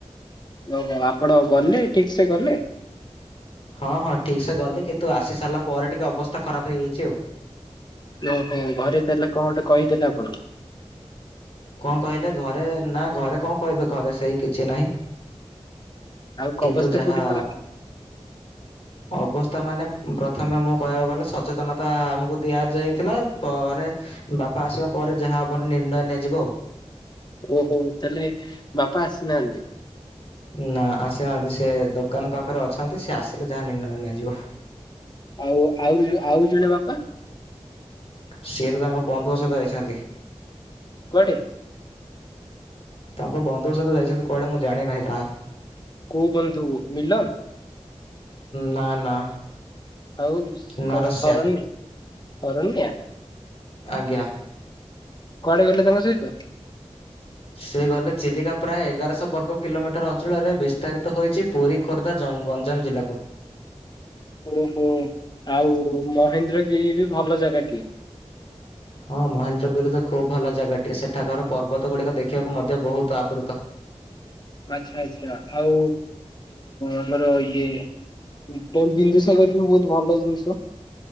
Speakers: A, on the left; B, on the left.
A: ଓହୋ ଆପଣ ଗଲେ ଠିକ୍ ସେ ଗଲେ‌
B: ହଁ ହଁ ଠିକ୍ସେ ଗଲି କିନ୍ତୁ ଆସି ସାରିଲା ପରେ ଟିକେ ଅବସ୍ଥା ଖରାପ ହେଇଯାଇଛି ଆଉ।
A: ଓହୋ ଘରେ ତାହେଲେ କଣ ଗୋଟେ କହିଥିଲେ ଆପଣ।
B: କଣ କହିଲେ ଘରେ ନା ଘରେ କଣ କହିବେ ଘରେ ସେଇ କିଛି ନାହିଁ।
A: ଆଉ
B: କିନ୍ତୁ
A: ଅବସ୍ଥା
B: ଯାହା
A: କୋଉଠି ଖରାପ
B: ଅବସ୍ଥା ମାନେ ପ୍ରଥମେ ମୁଁ କହିବାକୁ ଗଲେ ସଚେତନତା ଆମକୁ ଦିଆଯାଇଥିଲା ପରେ ବାପା ଆସିବା ପରେ ଯାହା ଆମର ନିର୍ଣ୍ଣୟ ନିଆଯିବ ଆଉ।
A: ଓହୋ ତାହେଲେ ବାପା ଆସିନାହାନ୍ତି।
B: ନା ଆସିନାହାନ୍ତି ସେ ଦୋକାନ ପାଖରେ ଅଛନ୍ତି ସେ ଆସିଲେ ଯାହା ନିର୍ଣ୍ଣୟ ନିଆଯିବ।
A: ଆଉ ଆଉ ଜଣେ ଆଉ ଜୁଣେ ବାପା।
B: ସିଏ ତ ତାଙ୍କ ବନ୍ଧୁଙ୍କ ସହିତ ଯାଇଛନ୍ତି।
A: କୁଆଡେ।
B: ତାଙ୍କ ବନ୍ଧୁଙ୍କ ସହିତ ଯାଇଛନ୍ତି କୁଆଡେ ମୁଁ ଜାଣିନାହିଁ ତାହା।
A: କଉ ବନ୍ଧୁ ମିିଲନ।
B: ନା ନା।
A: ଆଉ
B: ନରସ୍ୟା
A: କଣ ସରଣି ଶରନ୍ୟା।
B: ଆଜ୍ଞା।
A: କୁଆଡେ ଗଲେ ତାଙ୍କ ସହିତ।
B: ସେ ଗଲେ ଚିଲିକା ପ୍ରାୟ ଏଗାରଶହ ବର୍ଗ କିଲୋମିଟର ଅଞ୍ଚଳରେ ବିସ୍ତାରିତ ହୋଇଛି। ପୁରୀ ଖୋର୍ଦ୍ଧା ଜଙ୍ଗ ଗଞ୍ଜାମ ଜିଲ୍ଲାକୁ।
A: ଓହୋ ଆଉ ମହେନ୍ଦ୍ରଗିରି ବି ଭଲ ଜାଗାଟିଏ।
B: ହଁ ମହେନ୍ଦ୍ରଗିରି ତ ଖୁବ ଭଲ ଜାଗାଟିଏ ସେଠାକାରର ପର୍ବତ ଗୁଡିକ ଦେଖିବାକୁ ମଧ୍ୟ ବହୁତ ଆବୃତ।
A: ଆଚ୍ଛା ଆଚ୍ଛା ଆଉ ଆମର ଇଏ। ବିନ୍ଦୁସାଗର ବି ବହୁତ ଭଲ ଜିନିଷ।